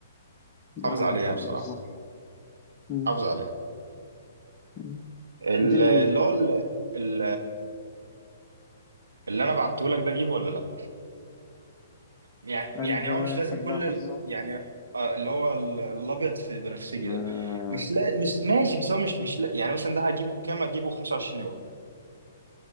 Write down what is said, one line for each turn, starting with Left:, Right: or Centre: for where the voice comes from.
Left: ده
Right: حافظ
Left: اهم
Right: عليها
Left: حاجه
Right: بصراحة
Left: بالظبط مم.
Right: حافظ عليها
Left: مم.
Right: ال-
Left: دي النيه
Right: اللي هو ال- ال- اللي انا بعته لك ده اجيبه ولا لا يعني
Left: انهي
Right: يعني هو
Left: واحد
Right: مش لازم كل
Left: لحظه
Right: ال- يعني آه، اللي هو ال- الابيض في بنفسجي
Left: آه.
Right: ده مش لا مش ماشي بس هو مش مش لا يعني مثلا ده هجيبه بكام هجيبه 25 يورو